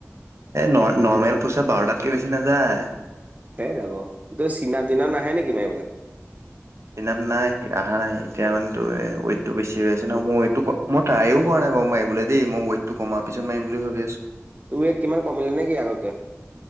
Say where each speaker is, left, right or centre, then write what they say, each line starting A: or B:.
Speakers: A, on the right; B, on the right.
A: এই ন-নৰ্মেল পোচা বাৰটাতকে বেছি নাযায়।
B: সেই যাব। তোৰ চিনাপ টিনাপ নাহে নেকি মাৰ এইবিলাক?
A: ফিনাপ নাই, আহা নাই। এতিয়া মানে তোৰ ৱেটটো বেছি হৈ আছে ন' মই এইটো ম ট্ৰাইও কৰা নাই বাৰু মাৰিবলৈ দেই। মই ৱেইটটো কমাৰ পিছত মাৰিম বুলি ভাবি আছোঁ।
B: তুমি এইট কিমান কমিলে নেকি আগতকে?